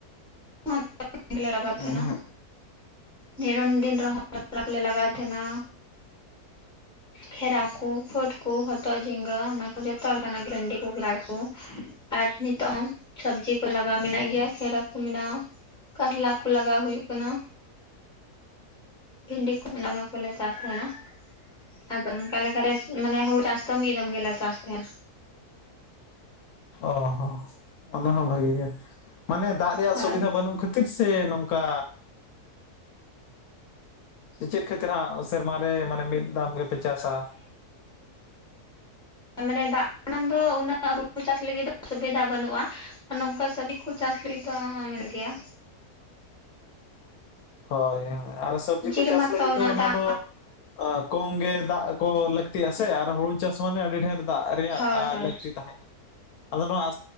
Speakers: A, in the centre; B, on the left (about 75°).
A: <unintelligible> ᱞᱟᱜᱟᱣ ᱛᱟᱦᱮᱸᱱᱟ
B: ᱩᱸᱦᱩᱜ
A: ᱱᱤᱨᱚᱱ ᱫᱤᱱ ᱨᱮᱦᱚᱸ <unintelligible> ᱠᱚ ᱞᱮ ᱞᱟᱜᱟᱶ ᱛᱟᱦᱮᱱᱟ ᱠᱷᱮᱨᱟ ᱠᱚ ᱯᱷᱟᱹᱴ ᱠᱚ ᱦᱚᱛᱚᱫ ᱡᱷᱤᱸᱜᱟᱹ ᱚᱱᱟ ᱠᱚ ᱡᱚᱛᱚ ᱞᱮᱠᱟᱱᱟᱜ ᱵᱷᱮᱱᱰᱤ ᱠᱚ ᱵᱮᱸᱜᱟᱲ ᱠᱚ ᱟᱨ ᱱᱤᱛᱚᱜ ᱦᱚᱸ ᱥᱚᱵᱽᱡᱤ ᱠᱚ ᱞᱟᱜᱟᱣ ᱢᱮᱱᱟᱜ ᱜᱮᱭᱟ ᱠᱷᱮᱨᱟ ᱠᱚ ᱢᱮᱱᱟᱜᱼᱟ ᱠᱟᱨᱞᱟ ᱠᱚ ᱞᱟᱜᱟᱣ ᱦᱩᱭᱩᱜ ᱠᱟᱱᱟ ᱵᱷᱮᱱᱰᱤ ᱠᱚ ᱢᱟᱱᱮ ᱚᱱᱟ ᱠᱚᱞᱮ ᱪᱟᱥ ᱛᱟᱦᱮᱱᱟ ᱟᱫᱚ ᱚᱱᱠᱟ ᱞᱮᱠᱟ ᱨᱮ ᱢᱟᱱᱮ ᱦᱩᱲ ᱪᱟᱥ ᱫᱚᱢ ᱢᱤᱫ ᱫᱚᱢ ᱜᱮᱞᱮ ᱪᱟᱥ ᱛᱟᱦᱮᱸᱫ
B: ᱚ ᱦᱚᱸ ᱚᱱᱟ ᱦᱚᱸ ᱵᱷᱟᱜᱤ ᱜᱮ ᱢᱟᱱᱮ ᱫᱟᱜ ᱨᱮᱭᱟᱜ
A: ᱦᱳᱭ
B: ᱥᱩᱵᱤᱫᱷᱟ ᱵᱟᱹᱱᱩᱜ ᱠᱷᱟᱹᱛᱤᱨ ᱠᱷᱟᱹᱛᱤᱨ ᱥᱮ ᱱᱚᱝᱠᱟ ᱥᱮ ᱪᱮᱫ ᱠᱷᱟᱹᱛᱤᱨ ᱦᱟᱸᱜ, ᱥᱮᱨᱢᱟᱨᱮ ᱢᱟᱱᱮ ᱢᱤᱫ ᱫᱟᱢ ᱜᱮᱯᱮ ᱪᱟᱥᱟ?
A: ᱢᱟᱱᱮ ᱫᱟᱜ ᱢᱟᱲᱟᱝ ᱫᱚ ᱩᱱᱟᱹᱜ ᱦᱩᱲᱩ ᱪᱟᱥ ᱞᱟᱹᱜᱤᱫ ᱫᱚ ᱥᱩᱵᱤᱫᱟ ᱵᱟᱹᱱᱩᱜᱼᱟ᱾ ᱟᱨ ᱱᱚᱝᱠᱟ ᱥᱚᱵᱡᱤ ᱠᱚ ᱪᱟᱥ ᱞᱟᱹᱜᱤᱫ ᱫᱚ ᱢᱮᱱᱟᱜ ᱜᱮᱭᱟ᱾
B: ᱦᱳᱭ ᱦᱳᱭ ᱟᱨ ᱥᱚᱵᱽᱡᱤ ᱠᱚ
A: ᱨᱮᱢᱟᱛᱚ
B: ᱪᱟᱥ ᱞᱟᱹᱜᱤᱫ
A: ᱩᱱᱟᱹᱜ
B: ᱫᱚ ᱚᱱᱟ
A: ᱫᱟᱢ
B: ᱫᱚᱼᱼ ᱠᱚᱢ ᱜᱮ ᱫᱟᱜ ᱠᱚ ᱞᱟᱹᱠᱛᱤᱜ ᱟ ᱥᱮ ᱟᱨ ᱦᱩᱲᱩ ᱪᱟᱥ ᱢᱟᱱᱮ ᱟᱹᱰᱤ ᱰᱷᱮᱨ ᱫᱟᱜ ᱨᱮᱭᱟᱜ
A: ᱦᱳᱭ ᱦᱳᱭ
B: ᱞᱟᱠᱛᱤ ᱛᱟᱦᱮᱱᱟ ᱟᱫᱚ ᱱᱚᱣᱟ